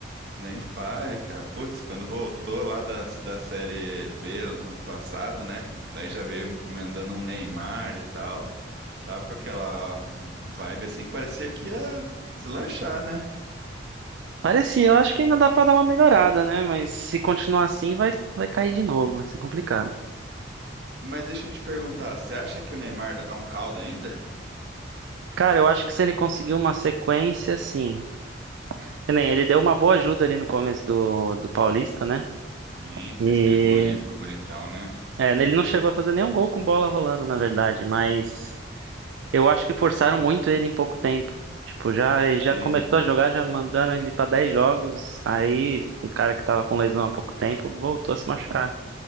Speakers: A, on the right; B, on the right.
A: Nem fale, cara. Putz, quando voltou lá da, da Série B ano passado, né? Aí já veio mandando um Neymar e tal. Tava com aquela vibe assim que parecia que ia deslanchar, né?
B: Parecia, eu acho que ainda dá pra dar uma melhorada, né? Mas se continuar assim, vai, vai cair de novo, vai ser complicado.
A: Mas deixa eu te perguntar, você acha que o Neymar dá um caldo ainda?
B: Cara, eu acho que se ele conseguir uma sequência, sim. Que nem ele deu uma boa ajuda ali no começo do, do Paulista, né?
A: Sim, fez
B: E
A: aquele gol olímpico bonitão, né?
B: É, ele não chegou a fazer nenhum gol com bola rolando, na verdade, mas eu acho que forçaram muito ele em pouco tempo. Tipo, já
A: Sim,
B: ele já começou a jogar, já mandaram ele pra 10 jogos. Aí, um cara que tava com lesão há pouco tempo voltou a se machucar.